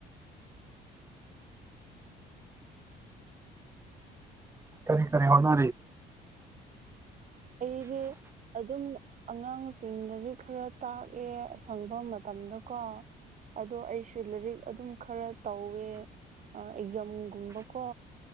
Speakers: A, on the right; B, on the right.
A: ꯈꯔꯤ ꯈꯔꯤ ꯍꯧꯅ
B: ꯏꯗꯤ ꯑꯗꯨ ꯑꯗꯨꯝ ꯑꯉꯥꯡꯁꯤꯡꯗꯗꯤ ꯈꯔ ꯇꯥꯛꯑꯦ ꯑꯁꯪꯕ ꯃꯇꯝꯗꯀꯣ ꯑꯗꯣ ꯑꯩꯁꯨ ꯂꯥꯏꯔꯤꯛ ꯑꯗꯨꯝ ꯈꯔ ꯇꯧꯋꯦ ꯑ ꯑꯦꯛꯖꯥꯝꯒꯨꯝꯕ ꯀꯣ